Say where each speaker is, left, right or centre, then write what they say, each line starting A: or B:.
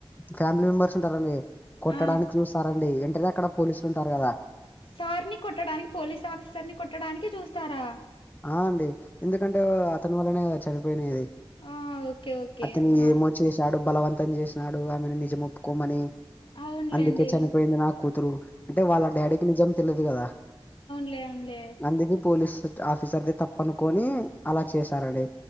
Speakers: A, on the left; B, on the left.
A: ఫ్యామిలీ మెంబర్స్ ఉంటారండి కొట్టడానికి
B: ఆ
A: చూస్తారండి ఏంటనే అక్కడ పోలీసులు ఉంటారు కదా
B: సార్ని కొట్టడానికి పోలీస్ ఆఫీసర్ ని కొట్టడానికి చూస్తారా
A: ఆ అండి ఎందుకంటే ఓ అతన్ వల్లనే గదా చనిపోయినేది
B: ఆ ఓకే ఓకే
A: అతను
B: ఆ
A: ఏమో చేశాడు బలవంతం చేసినాడు ఆమెను నిజముప్పుకోమని
B: అవునులేండి
A: అందికే చనిపోయింది నా కూతురు అంటే వాళ్ళ డాడీకి నిజం తెలిదు కదా
B: లే అన్లె
A: అందుకే పోలీస్ ట్ ఆఫీసర్ ది తప్పనుకోని అలా చేశారండి